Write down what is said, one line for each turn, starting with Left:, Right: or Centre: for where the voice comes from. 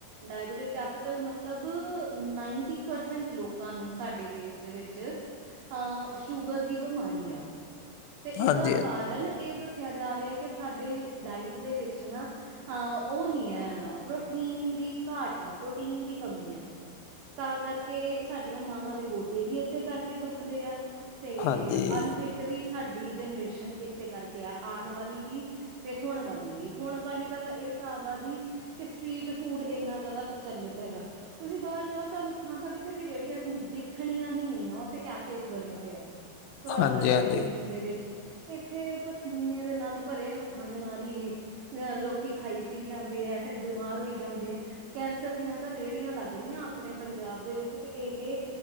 Right: ਡਾਇਬਟਿਕ ਕੈਪੀਟਲ ਮਤਲਬ ਮਤਲਬ ਨਾਈਨਟੀ ਪਰਸੈਂਟ ਲੋਕਾਂ ਨੂੰ ਸਾਡੇ ਦੇਸ਼ ਦੇ ਵਿੱਚ। ਅਹ ਸ਼ੂਗਰ ਦੀ ਬਿਮਾਰੀ ਆ, ਤੇ ਉਹਦਾ
Left: ਹਾਂਜੀ
Right: ਕਾਰਨ ਇਹ ਦ ਸ। ਦੱਸਿਆ ਜਾ ਰਿਹਾ, ਕਿ ਸਾਡੇ ਡਾਇਟ ਦੇ ਵਿੱਚ ਨਾ। ਹਾਂ ਉਹ ਨਹੀਂ ਹੈ, ਪ੍ਰੋਟੀਨ ਦੀ ਘਾਟ ਹੈ। ਪ੍ਰੋਟੀਨ ਦੀ ਕਮੀ ਹੈ, ਤਾਂ ਕਰਕੇ ਸਾਡੀਆਂ ਮਾਵਾਂ ਦੇ ਗੋਡੇ ਵੀ ਇਸੇ ਕਰਕੇ ਦੁਖਦੇ ਆ। ਤੇ
Left: ਹਾਂਜੀ
Right: ਅਨਫਿੱਟ ਵੀ ਸਾਡੀ ਜਨਰੇਸ਼ਨ ਇਸੇ ਕਰਕੇ ਆ ਆਉਣ ਵਾਲੀ ਵੀ। ਤੇ ਹੁਣ ਵਾਲੀ ਵੀ, ਹੁਣ ਵਾਲੀ ਦਾ ਤਾਂ ਇਹ ਹਿਸਾਬ ਆ ਜੀ। ਕਿ ਸਟਰੀਟ ਫੂਡ ਇੰਨਾ ਜ਼ਿਆਦਾ ਪ੍ਰਚਲਿਤ ਹੈਗਾ। ਤੁਸੀਂ ਬਾਹਰ ਜਾਓ, ਤੁਹਾਨੂੰ ਥਾਂ- ਥਾਂ ਕਿਤੇ ਵੀ ਰੇਹੜੀਆਂ ਦੇਖਣੀਆਂ ਹੀ ਨਹੀਂ ਆ, ਉੱਥੇ ਕੈਫੇਸ ਬਣੇ ਹੋਏ ਆ। ਪ੍ਰੋਪਰ
Left: ਹਾਂਜੀ-ਹਾਂਜੀ,
Right: ਐਬੀਐਂਸ ਦੇ ਵਿੱਚ। ਇੱਥੇ ਪਸੀਨੇ ਦੇ ਨਾਲ ਭਰੇ ਹੱਥਾਂ ਦੇ ਨਾਲ ਹੀ। ਅ ਲੋਕੀ ਖਾਈ ਪੀ ਜਾਂਦੇ ਹੈ। ਫੇਰ ਬਿਮਾਰ ਹੋਈ ਜਾਂਦੇ ਆ ਕੈਂਸਰ ਦੀਆਂ ਤਾਂ। ਰੇਹੜੀਆਂ ਲੱਗ ਰਹੀਆਂ ਆਪਣੇ ਪੰਜਾਬ ਦੇ ਵਿੱਚ ਤੇ ਇਹ ਹ